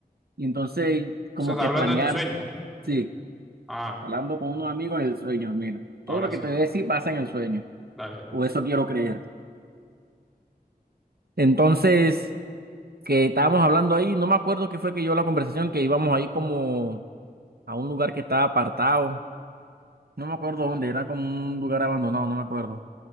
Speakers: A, on the right; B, in the centre.
A: Y entonces, como
B: sea, estás
A: que
B: hablando
A: planear,
B: de tu sueño.
A: sí,
B: Ah,
A: hablando con unos amigos en el sueño, mira. Todo
B: ahora
A: lo que
B: sí.
A: te voy a decir pasa en el sueño.
B: Dale, dale.
A: O eso quiero creer. Entonces, que estábamos hablando ahí, no me acuerdo qué fue que yo la conversación, que íbamos ahí como a un lugar que estaba apartado. No me acuerdo dónde, era como un lugar abandonado, no me acuerdo.